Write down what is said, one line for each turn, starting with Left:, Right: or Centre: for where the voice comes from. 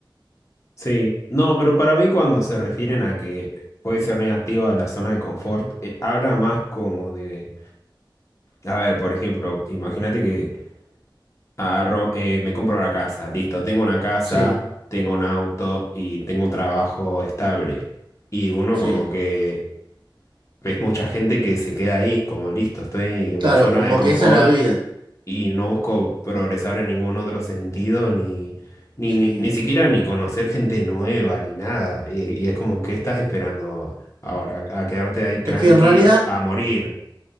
Left: sí. No, pero para mí cuando se refieren a que puede ser negativo a la zona de confort, eh, habla más como de... A ver, por ejemplo, imagínate que agarro, eh, me compro una casa, listo, tengo una casa,
Right: Sí,
Left: tengo un auto y tengo un trabajo estable. Y uno
Right: sí.
Left: como que ves mucha gente que se queda ahí, como listo, estoy en
Right: Claro,
Left: mi zona
Right: como
Left: de confort
Right: que esa es la vida.
Left: y no busco progresar en ningún otro sentido, ni, ni,
Right: Sí.
Left: ni, ni siquiera ni conocer gente nueva, ni nada. Y, y es como, ¿qué estás esperando ahora? ¿A quedarte ahí tranqui,
Right: Es que en realidad...
Left: a morir?